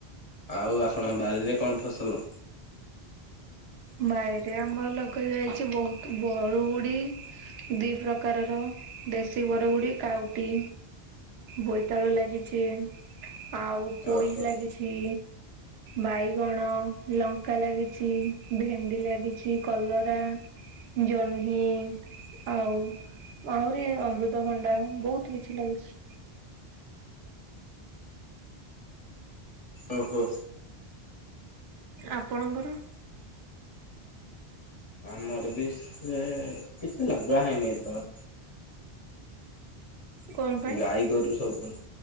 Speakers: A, on the left; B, on the right.
A: ଆଉ ଆପଣଙ୍କ ବାରିରେ କ'ଣ ଫସଲ?
B: ବାଇରେ ଆମର ଲଗା ଯାଇଛି ବହୁତ ବରୁଡି। ଦି ପ୍ରକାରର ଦେଶୀ ବର ଗୁଡି କାଉଟି। ବୋଇତାଳୁ ଲାଗିଛି ଆଉ ପୋଇ
A: ଓହୋ
B: ଲାଗିଛ। ଇ ବାଇଗଣ ଲଙ୍କା ଲାଗିଛି। ଭେଣ୍ଡି ଲାଗିଛି କଲରା ଜହ୍ନି ଆଉ ଆହୁରି ଅମୃତଭଣ୍ଡା ବହୁତ କିଛି ଲାଗୁଛି।
A: ଓହୋ।
B: ଆପଣଙ୍କର?
A: ଆମର ବି ସେ କିଛି ଲଗା ହେଇନି ତ।
B: କଣ ପାଇଁ
A: ଗାଈଗୋରୁ ସବୁ।